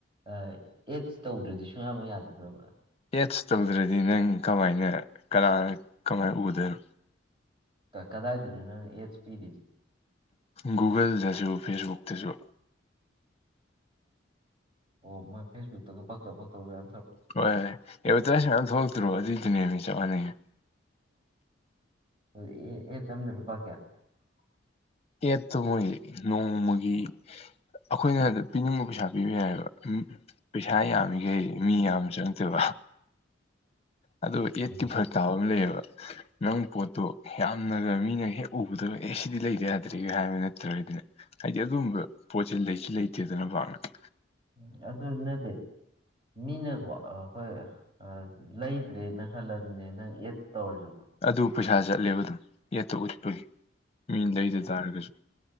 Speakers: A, on the right (about 30°); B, on the left (about 35°).
A: ꯑꯦꯗꯁ ꯇꯧꯗ꯭ꯔꯗꯤ ꯁꯨꯡꯌꯥꯕ ꯌꯥꯗꯕ꯭ꯔꯕ
B: ꯑꯦꯦꯠꯁ ꯇꯧꯗ꯭ꯔꯗꯤ ꯅꯪ ꯀꯃꯥꯏꯅ ꯀ ꯀꯃꯥꯏꯅ ꯎꯗꯣꯏꯅꯣ
A: ꯀꯗꯥ ꯍꯥꯏꯗꯅ ꯅ ꯌꯦꯁ ꯄꯤꯔꯤꯁꯤ
B: ꯒꯨꯒꯜꯗꯁꯨ ꯐꯦꯁꯕꯨꯛꯇꯁꯨ
A: ꯑꯣ ꯃꯣꯏ ꯐꯦꯁꯕꯨꯛꯇꯒ ꯄꯥꯛꯇ ꯄꯥꯛ ꯇꯧ ꯌꯥ
B: ꯍꯣꯏ ꯍꯣꯏ ꯑꯦꯗꯚꯔꯇꯥꯏꯖ ꯃꯌꯥꯝ ꯊꯣꯛꯂꯛꯇ꯭ꯔꯣ ꯑꯗꯨꯏꯗꯨꯅꯦ ꯃꯤ ꯆꯞ ꯃꯥꯟꯅꯉꯦ
A: ꯑꯟꯏꯟꯇꯦꯜꯂꯤꯖꯦꯕꯜ
B: ꯑꯦꯠꯇꯣ ꯃꯣꯏ ꯅꯣꯡꯃꯒꯤ ꯑꯩꯈꯣꯏꯅ ꯄꯤꯅꯤꯡꯕ ꯄꯩꯁꯥ ꯄꯤꯕ ꯌꯥꯏꯑꯕ ꯎꯝ ꯄꯩꯁꯥ ꯌꯥꯝꯃꯤꯈꯩ ꯃꯤ ꯌꯥꯝ ꯆꯪꯗꯦꯕ ꯑꯣ
A: ꯎꯝ
B: ꯑꯦꯠꯀꯤ ꯐꯔꯛ ꯇꯥꯕ ꯑꯃ ꯂꯩꯌꯦꯕ ꯅꯪ ꯄꯣꯠꯇꯣ ꯌꯥꯝꯅ ꯃꯤꯅ ꯍꯦꯛ ꯎꯕꯗꯕ ꯑꯦ ꯁꯤꯗꯤ ꯂꯩꯗ ꯌꯥꯗ꯭ꯔꯦ ꯍꯥꯏꯕ ꯅꯠꯇ꯭ꯔꯒꯗꯅ ꯍꯥꯏꯗꯤ ꯑꯗꯨꯝꯕ ꯄꯣꯠꯁꯦ ꯂꯩꯁꯨ ꯂꯩꯇꯦꯗꯅ ꯃꯍꯥꯛꯥꯛꯅ
A: ꯎꯝ ꯑꯗꯨ ꯅꯗꯤꯦ ꯃꯤꯅꯀꯣ ꯑꯩꯈꯣꯏ ꯂꯩꯗ꯭ꯔꯦꯅ ꯈꯜꯂꯝꯕꯅꯦ ꯅꯪ ꯑꯦꯗ ꯇꯧꯔꯁꯨꯀꯣ
B: ꯑꯗꯨ ꯄꯩꯁꯥ ꯆꯠꯂꯦꯕ ꯑꯗꯨꯝ ꯌꯦꯠꯇ ꯎꯠꯄꯒꯤ ꯃꯤꯅ ꯂꯩꯗ ꯇꯥꯔꯒꯁꯨ